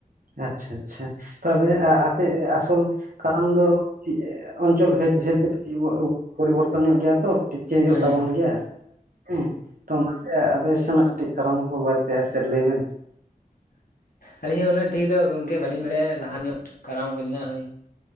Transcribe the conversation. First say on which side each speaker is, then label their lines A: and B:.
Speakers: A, on the right; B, on the left.
A: ᱟᱪᱪᱷᱟ ᱟᱪᱪᱷᱟ ᱛᱚᱵᱮ ᱟ-ᱟᱯᱮ ᱟᱥᱚᱞ ᱠᱟᱨᱟᱢ ᱫᱚ ᱚᱧᱪᱚᱞ ᱵᱷᱮᱫ ᱵᱷᱮᱫ ᱛᱮ ᱠᱟᱹᱴᱤᱡ ᱵᱚ ᱯᱚᱨᱤᱵᱚᱨᱛᱚᱱ ᱧᱚᱜ ᱜᱮᱭᱟ ᱛᱚ᱾ ᱠᱟᱹᱴᱤᱡ ᱪᱮᱧᱡᱚᱜ
B: ᱦᱮᱸ
A: ᱛᱟᱵᱚᱱ ᱜᱮᱭᱟ ᱦᱮᱸ ᱛᱚ, ᱤᱭᱟᱹ ᱟᱯᱮ ᱥᱮᱱᱟᱜ ᱠᱟᱹᱴᱤᱡ ᱠᱟᱨᱟᱢ ᱠᱚ ᱵᱟᱨᱮᱛᱮ ᱟᱨ ᱪᱮᱫ ᱞᱟᱹᱭ ᱵᱮᱱ᱾
B: ᱟᱹᱞᱤᱧ ᱦᱚᱸ ᱩᱱᱟᱹᱜ ᱴᱷᱤᱠ ᱫᱚ ᱜᱚᱢᱠᱮ ᱵᱟᱹᱞᱤᱧ ᱵᱟᱲᱟᱭᱟ ᱞᱟᱦᱟ ᱧᱚᱜ ᱠᱟᱨᱟᱢ ᱦᱩᱭ ᱞᱮᱱᱟ ᱱᱚᱜ-ᱚᱭ᱾